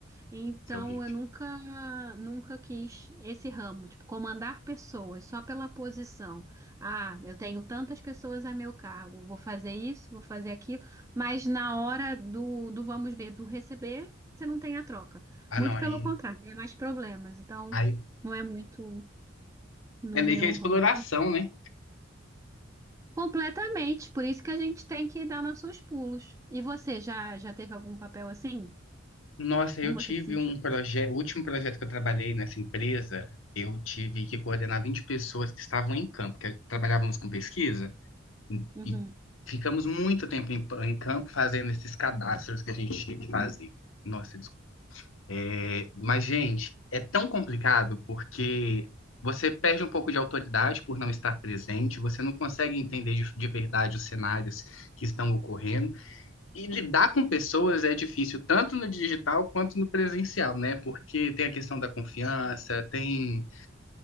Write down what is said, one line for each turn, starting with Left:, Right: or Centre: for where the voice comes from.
Right: Então,
Left: Isso é horrível.
Right: eu nunca, nunca quis esse ramo, tipo, comandar pessoas só pela posição. Ah, eu tenho tantas pessoas a meu cargo, vou fazer isso, vou fazer aquilo, mas na hora do, do vamos ver, do receber, você não tem a troca.
Left: Ah,
Right: Muito
Left: não, aí,
Right: pelo contrário, tem mais problemas. Então,
Left: aí
Right: não é muito no
Left: é meio
Right: meu
Left: que a exploração,
Right: rol.
Left: né?
Right: Completamente, por isso que a gente tem que dar nossos pulos. E você já já teve algum papel assim?
Left: Nossa,
Right: Como
Left: eu
Right: você
Left: tive
Right: se sentiu?
Left: um projeto, o último projeto que eu trabalhei nessa empresa, eu tive que coordenar 20 pessoas que estavam em campo, que trabalhávamos com pesquisa,
Right: Uhum,
Left: e ficamos muito tempo em, em campo fazendo esses cadastros que a gente tinha que fazer. Nossa, desculpa. É, mas, gente, é tão complicado porque você perde um pouco de autoridade por não estar presente, você não consegue entender de de verdade os cenários que estão ocorrendo. E lidar com pessoas é difícil, tanto no digital quanto no presencial, né? Porque tem a questão da confiança, tem.